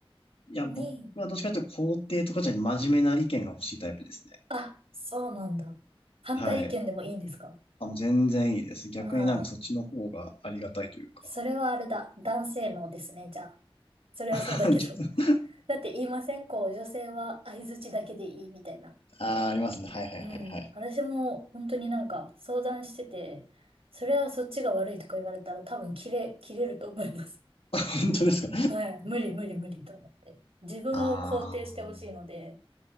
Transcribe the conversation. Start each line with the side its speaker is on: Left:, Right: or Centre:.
Left: いや、
Right: に、
Left: 僕はどっちかというと肯定とかじゃなくて真面目な意見が欲しいタイプですね。
Right: あ、そうなんだ。反対意見でもいいんですか
Left: はい。あ、もう全然いいです。逆になんかそっちの方がありがたいというか。
Right: ああそれはあれだ。男性のですね、じゃあ。それはそうだけど。
Left: <laughs> ちょ
Right: だって言いませんこう、女性は相槌だけでいいみたいな。
Left: あー、ありますね。はいはいはいはい。
Right: うん。私も本当になんか相談してて、それはそっちが悪いとか言われたら多分切れ、切れると思います。
Left: <laughs> 本当ですか。
Right: <laughs> はい。無理無理無理と思って。自分を肯定してほしいので。
Left: あー、